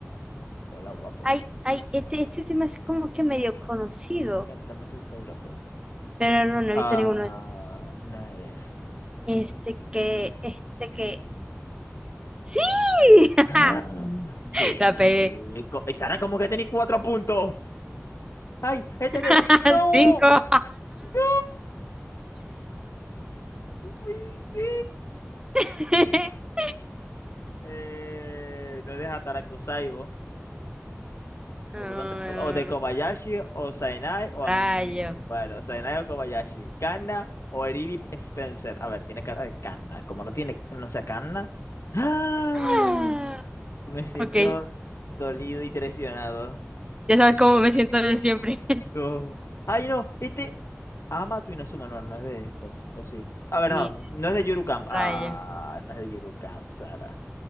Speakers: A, on the left (about 70°); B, on the right (about 20°).
A: Hola, guapo.
B: Ay, ay, este, este se me hace como que medio conocido.
A: Ya, Dame tu autógrafo.
B: Pero no, no
A: Ah,
B: he visto ninguno.
A: no es.
B: Este que, este que. ¡Sí! <laughs>
A: Ah, ¿Qué?
B: La pegué.
A: Co- ¿Y Sara, como que tenéis cuatro puntos? ¡Ay! ¡Este
B: <laughs>
A: de! ¡No!
B: Cinco.
A: ¡No! ¡No! ¡Sí!
B: <laughs>
A: Eh, no es de Hatarakuzai, vos.
B: Ah,
A: Por lo tanto, o, o de Kobayashi, o Sainai, o... Am-
B: Rayo. <gasps>
A: Bueno, Sainai o Kobayashi. Kanna o Eriri Spencer. A ver, tiene cara de Kanna. Como no tiene, no sea Kanna. ¡Ah!
B: Ah,
A: Me siento
B: Ok,
A: dolido y traicionado.
B: ya sabes cómo me siento yo siempre.
A: No. Ay, no, este... Ama tu Inazuma, no, no es de esto. O sí. A ver,
B: <laughs>
A: no,
B: Ni
A: no es de Yuru Camp. Ah,
B: rayo.
A: no es de Yuru Camp, Sara